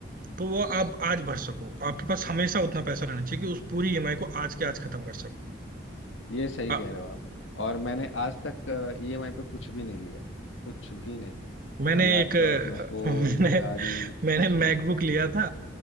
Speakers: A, on the right (about 45°); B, on the left (about 80°).
A: तो वो आप आज भर सको आपके पास हमेशा उतना पैसा रहना चाहिए कि उस पूरी ईएमआई को आज के आज खत्म कर सको
B: ये सही
A: आ,
B: कह रहे हो आप और मैंने आज तक ईएमआई पे कुछ भी नहीं लिया कुछ भी नहीं
A: मैंने
B: ना लैपटॉप
A: एक <laughs>
B: ना फोन
A: मैंने
B: ना गाड़ी
A: मैंने
B: कुछ
A: मैकबुक
B: भी नहीं
A: लिया था